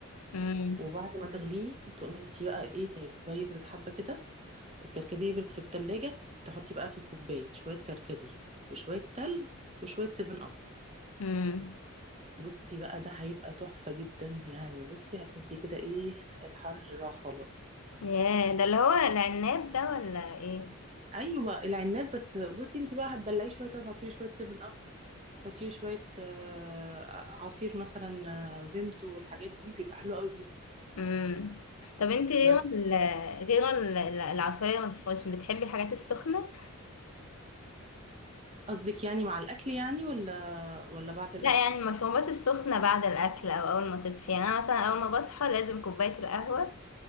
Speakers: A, on the left; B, on the right.
A: امم
B: وبعد ما تغليه تقومي انتي بقى ايه سايباه يبرد حبة كده الكركديه يبرد في التلاجة تحطي بقى في كوباية شوية كركديه وشوية تلج وشوية سيفن اب
A: امم
B: بصي بقى ده هيبقى تحفة جدا يعني بصي هتحسي كده ايه الحر راح خلاص
A: ياه ده اللي هو العناب ده ولا ايه
B: ايوه العناب بس بصي انت بقى هتدلعيه شويه كده تحطي له شويه 7 اب تحطي له شويه آه، عصير مثلا آه، فيمتو والحاجات دي بيبقى حلو قوي بيها
A: امم طب انت غير
B: جر-
A: ال- غير ال- العصاير الفريش بتحبي الحاجات السخنة
B: قصدك يعني مع الاكل يعني ولا ولا بعد الاكل
A: لا يعني المشروبات السخنة بعد الأكل أو أول ما تصحي يعني أنا مثلا أول ما بصحى لازم كوباية القهوة